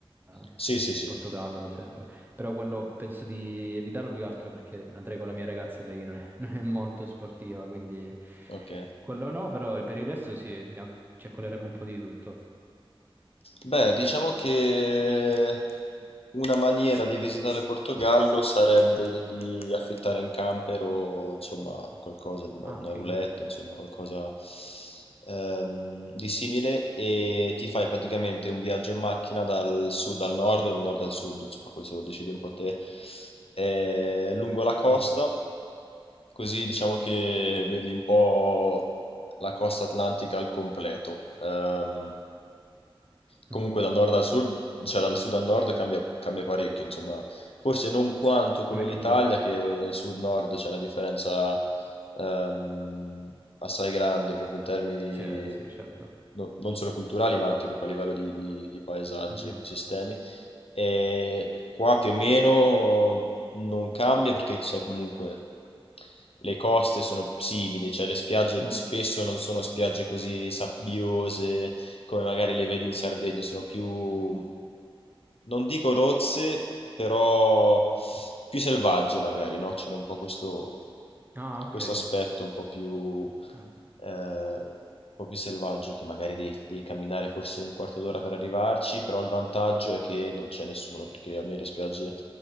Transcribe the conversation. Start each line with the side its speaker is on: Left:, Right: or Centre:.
Right: eh, in
Left: Sì, sì, sì,
Right: Portogallo mi sembra. Però quello penso di evitarlo più che altro perché andrei con la mia ragazza e lei non è, <laughs> non è molto sportiva, quindi
Left: ok.
Right: quello no, però per il resto sì, mi acc- ci accoleremo un po' di tutto.
Left: Beh, diciamo che una maniera di visitare il Portogallo sarebbe di affittare un camper o insomma qualcosa, una,
Right: Ah,
Left: una
Right: figo.
Left: roulette, insomma qualcosa ehm, di simile e ti fai praticamente un viaggio in macchina dal sud al nord, dal nord al sud, insomma questo lo decidi un po' te, eh, lungo la costa,
Right: Mm.
Left: così diciamo che vedi un po' la costa atlantica al completo. Ehm,
Right: <laughs>
Left: comunque
Right: Mhm.
Left: dal nord al sud, cioè dal sud al nord cambia, cambia parecchio, insomma, forse non quanto come
Right: Come
Left: l'Italia,
Right: clima?
Left: che sud-nord c'è una differenza ehm, assai grande proprio in termini di-
Right: Sì, eh, sì, certo.
Left: no- non solo culturali, ma anche proprio a livello di, di- di paesaggi,
Right: Mhm,
Left: ecosistemi. E qua più o meno non cambia perché sai comunque le coste sono simili, cioè le spiagge
Right: Mm.
Left: spesso non sono
Right: chiaro.
Left: spiagge così sabbiose, come magari le vedi
Right: Mm.
Left: in Sardegna, sono più, non dico rozze, però più selvagge magari, no? C'è un po' questo,
Right: Ah, ok.
Left: questo aspetto un po' più,
Right: Ah,
Left: eh, un po' più selvaggio che magari devi, devi camminare forse un quarto d'ora per arrivarci, però il vantaggio è che non c'è nessuno, perché a me le spiagge